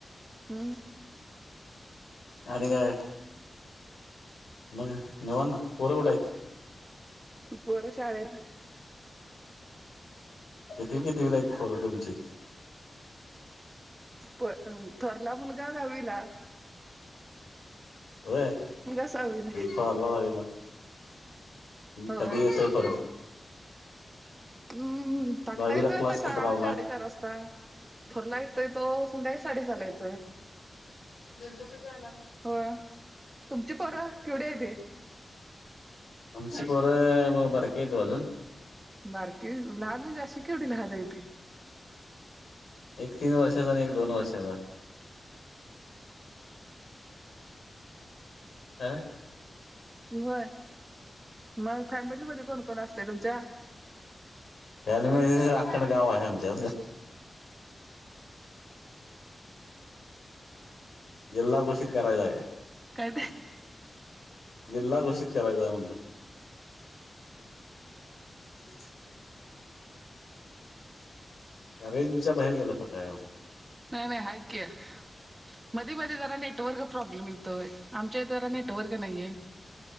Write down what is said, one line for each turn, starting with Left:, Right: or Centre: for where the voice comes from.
Right: हम्म.
Left: आणि काय मग निवध पोर कुठ आहेत?
Right: पोरं शाळेला.
Left: किती किती लाईत खरं तुमची?
Right: प थोरला मुलग दवीला.
Left: व अ
Right: सहावीला आहे.
Left: फ. ला
Right: होय
Left: कधत प.
Right: हम्म टाकता
Left: दहावीला
Right: येतोय
Left: क्लास
Right: यता चारच्या
Left: कुठं लावलाय
Right: साडेचार वाजता. थोरला येतोय तो संध्याकाळी साडे साला येतोय.
Left: गलकचला.
Right: हो तुमची परं केवढी येते..
Left: अमसिक वर बरकयेतो अजून.
Right: बारकी लहान मी अशी केवढी लहानतय तती.
Left: एक तीन वर्षाचा आणि एक दोन वर्षाचा. आं.
Right: वय, मग फॅमिलीमध्ये कोण कोण असत तुमच्या?
Left: फॅले म राखण गावामच्या. जिलला घोषित करायचाय.
Right: काय?
Left: जिल्हा घोषित करायचा म्हधलं. ह् <unintelligible> रेंजच्या बाहेर गेलास काय?
Right: नाही नाही ऐक मधी मध्ये जरा नेटवर्क प्रॉब्लेम येतोय. आमच्या इतरा नेटवर्क नाहीये.